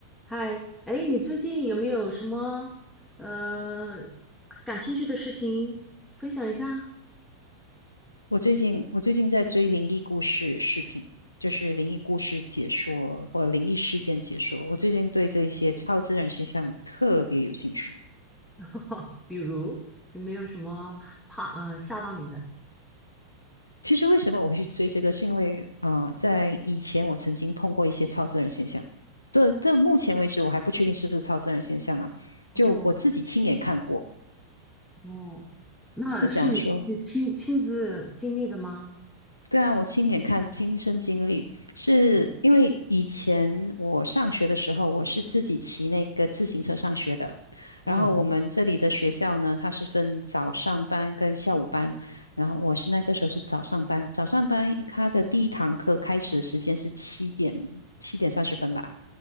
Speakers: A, in the centre; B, on the left.
A: 嗨，哎，你最近有没有什么呃感兴趣的事情分享一下？
B: 我最近我最近在追灵异故事视频，就是灵异故事解说或灵异事件解说。我最近对这些超自然现象特别有兴趣。
A: <laughs> 比如有没有什么怕呃吓到你的？
B: 其实为什么我会去追这个，是因为啊、呃在以前我曾经碰过一些超自然现象。对，到目前为止我还不确定是不是超自然现象啊，
A: 哦
B: 就我自己亲眼看过，
A: 哦，那是你自己亲亲自经历的吗？
B: 是怎样说？对啊，我亲眼看，亲身经历，是因为以前我上学的时候，
A: 啊，
B: 我是自己骑那个自行车上学的。
A: 嗯
B: 然后我们这里的学校呢，它是分早上班跟下午班。然后我是那个时候是早上班，早上班它的第一堂课开始的时间是七点七点三十分吧。